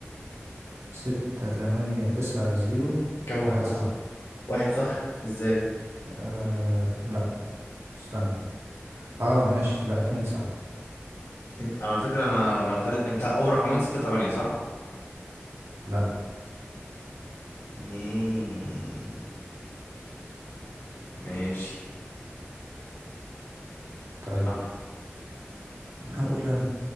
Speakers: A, on the right (about 70°); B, on the left (about 75°).
A: ستة تمانية تسعة زيرو
B: كم
A: واحد
B: رقم
A: صح
B: صح واحد صح ازاي
A: أه لأ استنى اه ماشي لا اتنين صح
B: اتنين على فكرة انا انا تالت- انت اول رقمين ستة تمانية صح
A: لا
B: مم. ماشي
A: طيب
B: اه
A: هقول انا